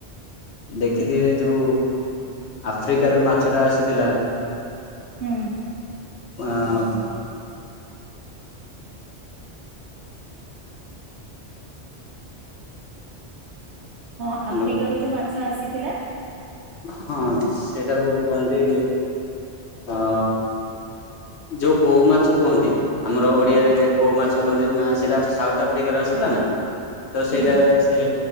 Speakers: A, on the left; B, on the right.
A: ଦେଖିଥିବେ ଯଉ ଆଫ୍ରିକାରୁୁ ମାଛଟା ଆସିଥିଲା।
B: ହୁଁ।
A: ଅ <inaudible>
B: ହଁ
A: ହ୍ୟାଲୋ
B: ଆଫ୍ରିକାରୁ ଯଉ ମାଛ ଆସିଥିଲା।
A: ହଁ ସେଟାକୁ କୁହନ୍ତି ଅ ଯଉ କଉ ମାଛ କୁହନ୍ତି ଆମର ଓଡ଼ିଆରେ।
B: ହଁ
A: କଉ ମାଛ କୁହନ୍ତି ସେଇଟା ସାଉଥ ଆଫ୍ରିକାରୁ ଆସିଥିଲା ନା ତ ସେଇଟା
B: ହୁଁ
A: ସେ